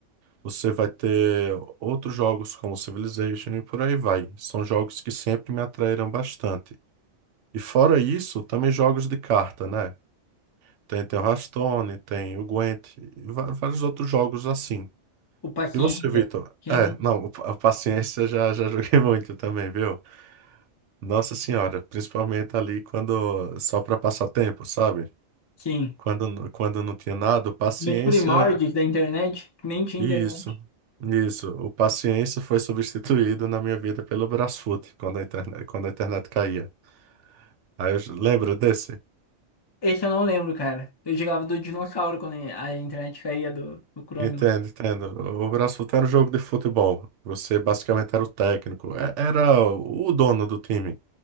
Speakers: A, on the right; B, on the left.
A: você vai ter outros jogos como Civilization e por aí vai. São jogos que sempre me atraíram bastante. E fora isso, também jogos de carta, né? Tem, tem o Hearthstone, tem o Gwent, e va- vários outros jogos assim.
B: O Paciência,
A: E você, Vitor?
B: quem
A: É,
B: não
A: não, a paciência já, já joguei <laughs> muito também, viu? Nossa Senhora, principalmente ali quando só para passar tempo, sabe?
B: Sim.
A: Quando, quando não tinha nada, o paciência.
B: Nos primórdios da internet, que nem tinha
A: Isso,
B: internet.
A: isso. O paciência foi substituído na minha vida pelo Brasfoot, quando a internet, quando a internet caía. Aí eu j- lembro desse?
B: Esse eu não lembro, cara. Eu jogava do dinossauro quando a internet caía do, do Chrome.
A: Entendo,
B: lá.
A: entendo. O Brasfoot era um jogo de futebol. Você basicamente era o técnico, é- era o dono do time.